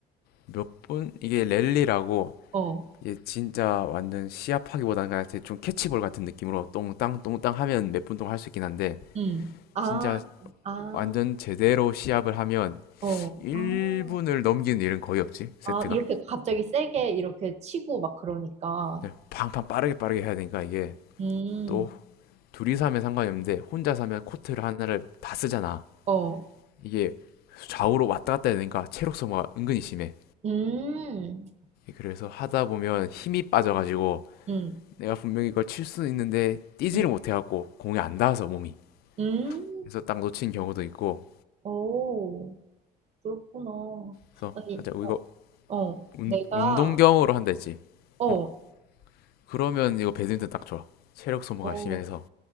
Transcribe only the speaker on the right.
어.
음. 아,
아,
어.
아,
아, 이렇게 갑자기 세게 이렇게 치고 막 그러니까.
음.
어.
음.
음.
음.
음.
오, 그렇구나.
아니,
어, 어,
내가,
어,
어,